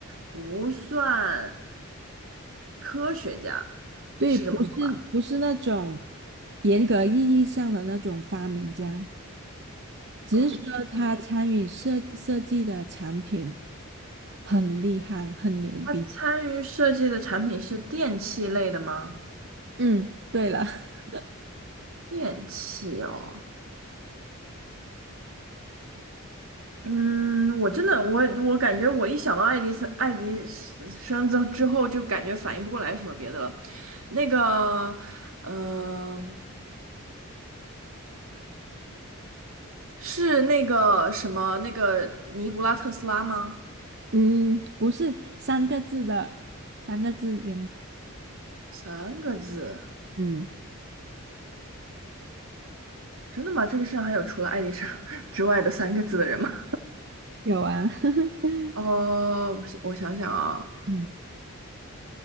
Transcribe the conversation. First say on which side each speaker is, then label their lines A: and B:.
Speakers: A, on the right; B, on the right.
A: 不算科学家，
B: 对，
A: 是这么说
B: 不是不是那种严格意义上的那种发明家，只是说他参与设设计的产品
A: 哦，嗯，
B: 很厉害，很牛逼。
A: 他参与设计的产品是电器类的吗？
B: 嗯，对了，<laughs>
A: 电器哦，嗯，我真的，我我感觉我一想到爱迪生，爱迪生之之后，就感觉反应不过来什么别的了。那个，嗯、是那个什么，那个尼古拉特斯拉吗？
B: 嗯，不是三个字的，三个字人名，
A: 三个字。
B: 嗯，
A: 真的吗？这个世上还有除了爱迪生 <laughs> 之外的三个字的人吗？
B: 有啊，<laughs>
A: <laughs> 哦，我想我想想啊，
B: 嗯。